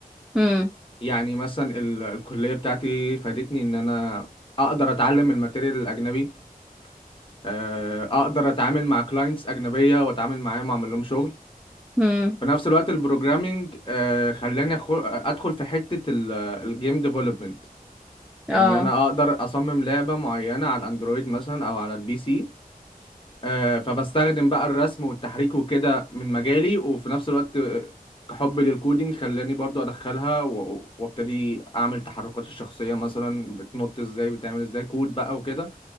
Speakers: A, in the centre; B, on the left.
A: مم.
B: يعني مثلا ال- الكليه بتاعتي فادتني ان انا اقدر اتعلم الماتيريال الاجنبي آه، اقدر اتعامل مع كلاينتس اجنبيه واتعامل معاهم واعمل لهم شغل
A: مم.
B: في نفس الوقت البروجرامينج آه، خلاني أخو- ادخل في حته الجيم ديفلوبمنت
A: اه
B: ان انا اقدر اصمم لعبة معينة على الاندرويد مثلا او على البي سي آه، فبستخدم بقى الرسم والتحريك وكده من مجالي وفي نفس الوقت آه، حبي للكودينج خلاني برضو ادخلها و- وابتدي اعمل تحركات الشخصية مثلا بتنط ازاي بتعمل ازاي كود بقى وكده